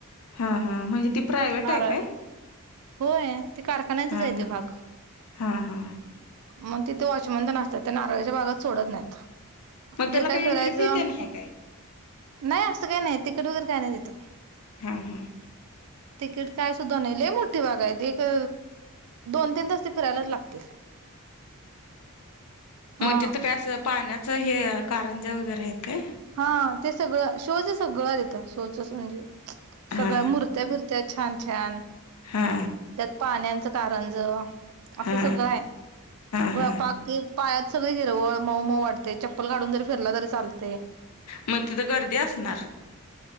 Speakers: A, on the left (about 80°); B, on the right (about 75°).
A: हां हां, म्हणजे ती प्रायवेट
B: नारळ
A: हाय काय?
B: होय. ते कारखान्याचच
A: हा
B: हाय
A: हा
B: ते भाग.
A: हा हा
B: मग तिथ वॉचमन तेन असत्यात त्या नारळीच्या बागत सोडत नाहीत.
A: मग त्याला
B: जे
A: काही
B: काय
A: एंट्री
B: करायचं?
A: फी ते नाही काय
B: नाही असं काय नाही, तिकिट वगैरे काय नाही तितं.
A: हां हां.
B: तिकीट काय सुद्धा नाही, लय मोठी बाग हाय ते एक अ दोन तीन तास ते फिरायलाच लागतील. हा.
A: मग तिथं काय असं पाण्याचं हे कारंजा वगैरे आहेत काय?
B: हा, ते सगळं शोचं सगळं हाय तिथं, शोचं असं म्हणजे सगळ्या
A: हा
B: मुर्त्या बिरत्या छान छान,
A: हा
B: त्यात पाण्याचं कारंजं असं
A: हा
B: सगळं आहे,
A: हा
B: व
A: हा
B: पाकी पाण्यात सगळं हिरवळ मऊ मऊ वाटते, चप्पल काढून जरी फिरला तरी चालतंय
A: मग तिथं गर्दी असणार?